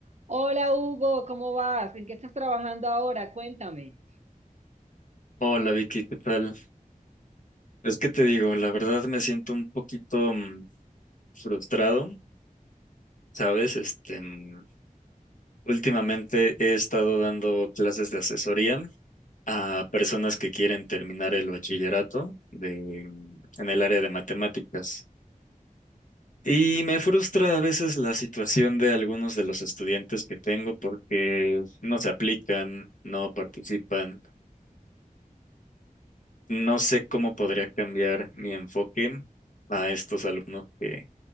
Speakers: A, on the right (about 50°); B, on the left (about 60°).
A: Hola Hugo, ¿cómo vas? ¿En qué estás trabajando ahora? Cuéntame.
B: Hola Vicky, ¿qué tal? Es que te digo, la verdad me siento un poquito mm, frustrado, ¿sabes? Este, mm, últimamente he estado dando clases de asesoría a personas que quieren terminar el bachillerato de, mm, en el área de matemáticas. Y me frustra a veces la situación de algunos de los estudiantes que tengo porque no se aplican, no participan. No sé cómo podría cambiar mi enfoque a estos alumnos que